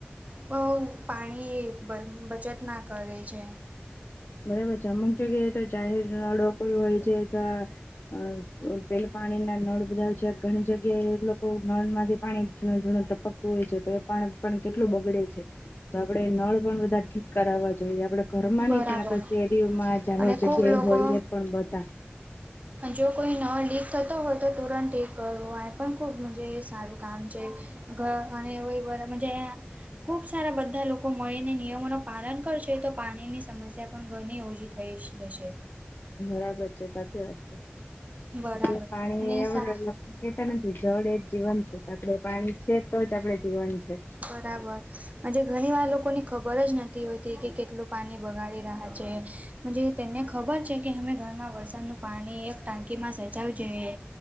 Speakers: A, on the right (about 35°); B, on the left (about 55°).
A: બહુ પાણી બંધ બચત ના કરે છે.
B: બરાબર છે અમુક જગ્યાએ તો જાહેર નળહોકરિયું હોય છે ત્યાં અ પેલું પાણી ના નળ બધા છે ઘણી જગ્યાએ લોકો નળ માંથી પાણી જીણું જીણું ટપકતું હોય છે તો એ પાણ પણ કેટલું બગડે છે. તો આપડે નળ પણ બધા ઠીક કરાવવા જોઈએ આપડે ઘરમાં
A: બરાબર
B: ને ત્યાં કચેરીઓમાં જાહેર
A: અને
B: જગ્યાએ
A: ખૂબ લોકો
B: હોય એ પણ બધા.
A: જો કોઈ નળ લીક થતો હોય તો તુરંત ઠીક કરવો એ પણ ખૂબ મજે સારું કામ છે. ઘ અને <unintelligible> ખૂબ સારા બધા લોકો મળીને નિયમોનું પાલન કરશે તો પાણીની સમસ્યા પણ ઘરની ઓછી થાય થઈશ જશે.
B: બરાબર છે સાચી વાત છે
A: બરાબર
B: જે પાણી
A: અને
B: <unintelligible>
A: સા
B: કહેતા નથી જળ એજ જીવન છે આપડે પાણી છે તો જ આપડે જીવન છે.
A: બરાબર ઘણી વાર લોકોની ખબર જ નથી હોતી કે કેટલું પાણી બગાડી રહ્યા છે. તેને ખબર છે કે અમે ઘરમાં વરસાદનું પાણી એક ટાંકીમાં સચાવ જોઈએ.